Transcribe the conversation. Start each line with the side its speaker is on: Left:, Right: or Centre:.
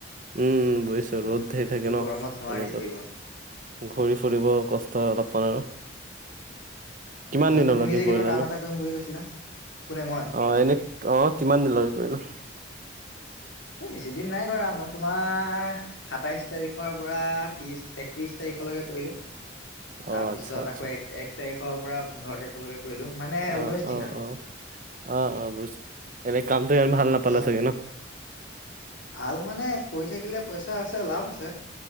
Right: উম বুজিছো
Left: উম
Right: ৰ'দ ধেৰ থাকে
Left: এইটো
Right: ন
Left: গৰমত নোৱাৰি
Right: ৰ'দত
Left: কৰিব
Right: ঘূৰি ফুৰিব কষ্ট হয় অলপমান আৰু কিমান
Left: অ
Right: দিনলৈকে
Left: এ তুমি যে
Right: কৰিলানো
Left: কিবা কাম এটা কৰিম বুলি কৈছিলা কোনে মই
Right: অ এনে অ কিমান দিন লগে কৰিলা
Left: এ বেছি দিন নাই কৰা মই তোমাৰ সাতাইশ তাৰিখৰ পৰা ত্ৰিশ একত্ৰিছ তাৰিখলৈকে কৰিলোঁ
Right: অ
Left: তাৰপিছত
Right: আচ্ছা আচ্ছা
Left: আকৌ এক এক তাৰিখৰ পৰা পোন্ধৰ তাৰিখলৈকে কৰিলোঁ মানে
Right: অ
Left: ঊনৈছ দিন
Right: অ
Left: আৰু
Right: অ অ অ বুজিছো এনে কামটোম ইমান ভাল নাপালা
Left: এতিয়া
Right: চাগে ন
Left: ভাল মানে কৰি থাকিলে পইচা আছে লাভ আছে